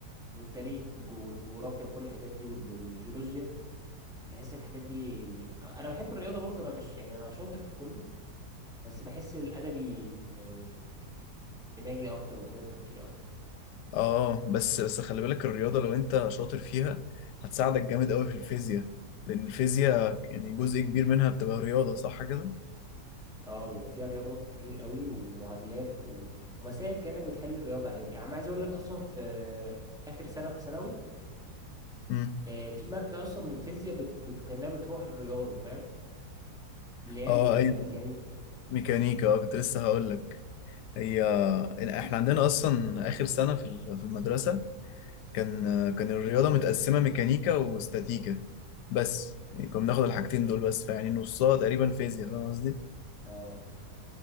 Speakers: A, in the centre; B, on the left.
A: والتاريخ والجو- والجغرافيا كل الحاجات دي والب- والجيولوجيا بحس الحاجات دي انا بحب الرياضه برضو انا مش يعني انا شاطر في كله بس بحس الادبي يعني دماغي اكتر وطريقه تفكيري اكتر
B: اه بس بس خلي بالك الرياضة لو انت شاطر فيها هتساعدك جامد قوي في الفيزياء لأن الفيزياء يعني جزء كبير منها بتبقى رياضة صح كده؟
A: اه بيبقى فيها رياضات كتير قوي ومعادلات و- ومسائل كانك بتحل الرياضه عادي يعني عايز اقول لك اصلا في اخر سنه في ثانوي
B: امم
A: آه، في ماده اصلا من الفيزياء بت... بت... كانها بتروح للرياضه فاهم اللي هي
B: اه
A: الميكانيكا
B: ايوه ميكانيكا اه كنت لسه هقول لك هي احنا عندنا اصلا اخر سنة في ال- في المدرسة كان كان الرياضة متقسمة ميكانيكا واستاتيكا بس يعني كنا بناخد الحاجتين دول بس فيعني نصها تقريبا فيزياء فاهم قصدي؟
A: اه